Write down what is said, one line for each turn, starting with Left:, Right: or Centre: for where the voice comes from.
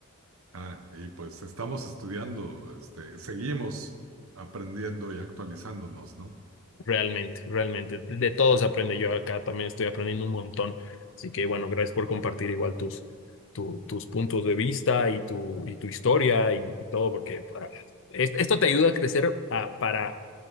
Right: Ah, y pues estamos estudiando, este, seguimos aprendiendo y actualizándonos, ¿no?
Left: Realmente, realmente. De todos aprende. Yo acá también estoy aprendiendo un montón. Así que bueno, gracias por compartir igual tus, tu- tus puntos de vista y tu, y tu historia y, y todo, porque ah, es- esto te ayuda a crecer ah, para